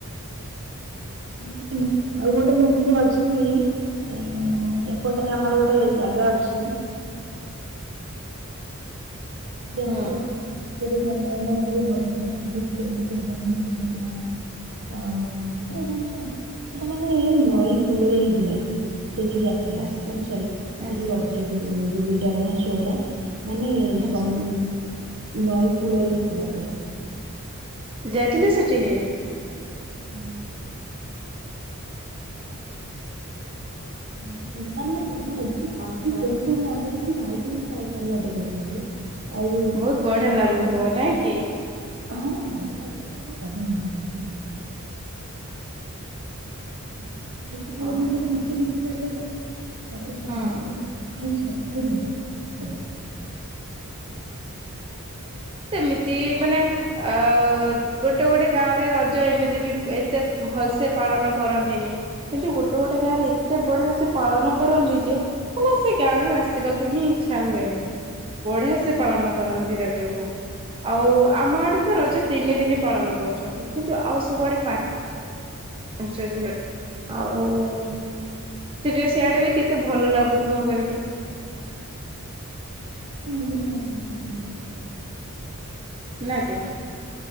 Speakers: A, on the right; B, on the right.
A: ମାନେ ଗୋଟେ ଆଉ ଏବେ ଯେମିତି ଅଛି, ଏ ଏପଟରେ ଆମର ଗୋଟେ ଜାଗା ଅଛି। <unintelligible>
B: ହୁଁ
A: ସେଇଟି ଭଲ ମାନେ ବହୁତ ବଢିଆ ମନ୍ଦିର ଟେ <unintelligible> ଆଉ ଆଚ୍ଛା ଜାଣିଚ ସେଟା ମାନେ ନଈ କୂଳରେ ହେଇଥିଲା। ସେଇ ଯଉ ଯାତ୍ରା
B: ଆଚ୍ଛା
A: ଟା। ମାନେ ସୋରି ସେ
B: ଆଚ୍ଛା
A: ଯଉ ରଜ ଦୋଳି ଦୋଳିଟା ବାଃ ଶୋଡ଼ା। ମାନେ
B: ଆଚ୍ଛା
A: <unintelligible> ନଈ କୂଳେ <inaudible> ପୂରା।
B: ଯାଇଥିଲେ ସେଠିକି।
A: <unintelligible> <unintelligible> <unintelligible>
B: ଓହୋ
A: <unintelligible>
B: ବହୁତ ବଢିଆ
A: ତା
B: ଲାଗୁଥିବ
A: ସାଇଡ
B: ନାଇଁ କି।
A: <unintelligible> <unintelligible> <unintelligible>
B: ଓହୋ
A: <unintelligible>
B: ହଁ
A: <unintelligible>
B: ସେମିତି ମାନେ ଅ ଗୋଟେ ଗୋଟେ ଗାଁରେ ରଜ ଏମିତି ବି ଏତେ ଭଲସେ ପାଳନ କରନ୍ତିନି କିନ୍ତୁ ଗୋଟେ ଗୋଟେ ଗାଁରେ ଏତେ ବଢିଆ ସେ ପାଳନ କରନ୍ତି ଯେ ମାନେ ସେ ଗାଁରୁ ଆସିବାକୁ ହିଁ ଇଚ୍ଛା ହୁଏନି ବଢିଆ ସେ ପାଳନ କରନ୍ତି ରଜକୁ। ଆଉ ଆମ ଆଡେ ତ ରଜ ତିନି ଦିନ ପାଳନ କରୁଛନ୍ତି କିନ୍ତୁ ଆଉ ସବୁଆଡେ ପା। ପାଞ୍ଚ ଦିନ ଆଉ <inaudible> ସେଇଆଡ଼େ ବି କେତେ ଭଲ ଲାଗୁଥିବ କହିଲୁ।
A: <unintelligible>
B: ନା କି।